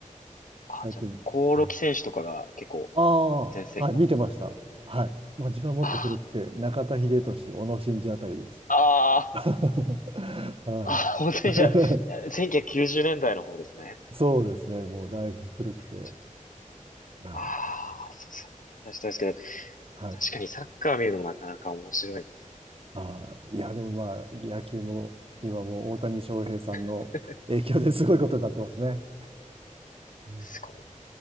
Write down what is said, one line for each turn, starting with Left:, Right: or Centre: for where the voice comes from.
Left: あ、
Right: 最近。
Left: じゃあ、興梠選手とかが結構
Right: はいああ、
Left: 全盛期だったと。
Right: はい、見てました。はい。まあ、自分はもっと古くて、
Left: あ
Right: 中田英寿、小野伸二あたりです。
Left: あ、ああ、
Right: <laughs> はい。
Left: ああ、本当にじゃあ、
Right: <laughs>
Left: 1990年代の方ですね。
Right: そうですね。もうだいぶ古くて。
Left: にせんねんちょっとか
Right: はい。
Left: ああ、そうそう、思したですけど、
Right: はい。
Left: 確かにサッカー見るのもなかなか面白いですよね。
Right: あー、いや、でもまあ、野球も今もう大谷翔平さんの影響で
Left: <laughs>
Right: <laughs> すごいことになってますね。うん
Left: すごい、